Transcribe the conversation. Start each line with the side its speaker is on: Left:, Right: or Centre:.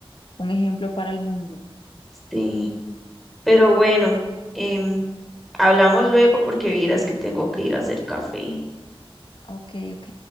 Left: un ejemplo para el mundo.
Centre: Sí. Pero bueno, em, hablamos luego porque vieras que tengo que ir a hacer café.
Left: Ok, ok.